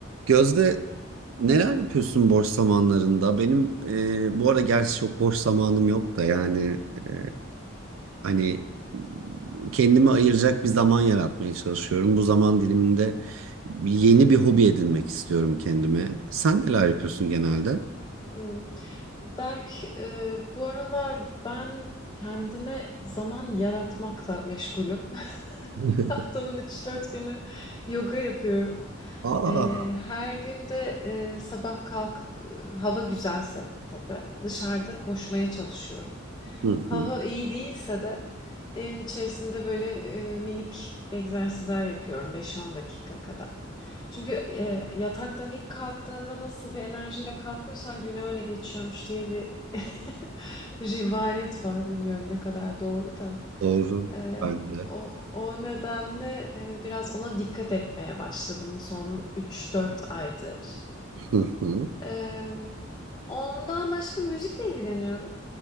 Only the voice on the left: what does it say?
Imm, Berk, eee, bu aralar ben kendime zaman yaratmakla meşgulüm.
<laughs> Haftanın üç dört günü yoga yapıyorum.
Eee, her gün de eee, sabah kalkıp eee, hava güzelse tabii dışarıda koşmaya çalışıyorum.
Hava
iyi değilse de evin içerisinde böyle eee, minik egzersizler yapıyorum beş on dakika kadar. Çünkü eee, yataktan ilk kalktığında nasıl bir enerjiyle kalkıyorsan gün öyle geçiyormuş diye bir <laughs> rivayet var. Bilmiyorum ne kadar doğru da.
Eee,
o o nedenle, hani, biraz ona dikkat etmeye başladım son üç dört aydır.
Emm, ondan başka müzikle ilgileniyorum.